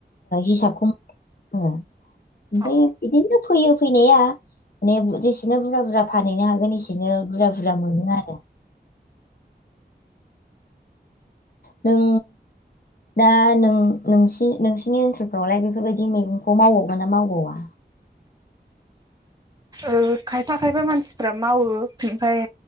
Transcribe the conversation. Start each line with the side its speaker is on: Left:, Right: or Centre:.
Left: हिसाबखौ मोनङो ओमफ्राय
Right: अ
Left: बिदिनो फैयो फैनाया। माने जेसेनो बुरजा बुरजा फानहैनो हागोन एसेनो बुरजा बुरजा मोनो आरो। नों दा नों नोंसि नोंसिनि ओनसोलफोरावलाय बेफोरबायदि मैगंखौलाय मावबावगोन ना मावबावा?
Right: ओ खायफा खायफा मानसिफ्रा मावो ओमफ्राय